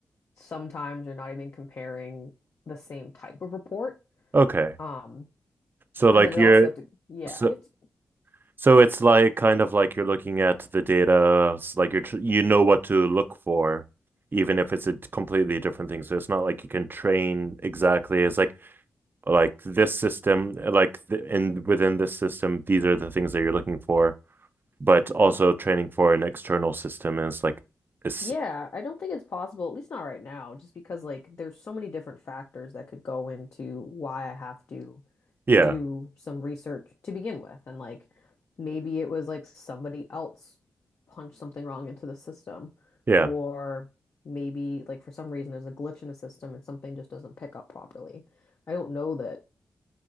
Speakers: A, on the left; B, on the right.
A: Sometimes you're not even comparing the same type of report.
B: Okay.
A: Um,
B: So like
A: and then it
B: you're
A: also have to, yeah,
B: so
A: you have to,
B: So it's like kind of like you're looking at the data, it's like you're tr you know what to look for, even if it's a d- completely different thing. So it's not like you can train exactly. It's like like this system, eh, like th in within this system, these are the things that you're looking for, but also training for an external system. And it's like it's
A: yeah, I don't think it's possible, at least not right now, just because like there's so many different factors that could go into why I have to
B: yeah,
A: do some research to begin with. And like maybe it was like somebody else punched something wrong into the system,
B: yeah.
A: or maybe like for some reason there's a glitch in the system and something just doesn't pick up properly. I don't know that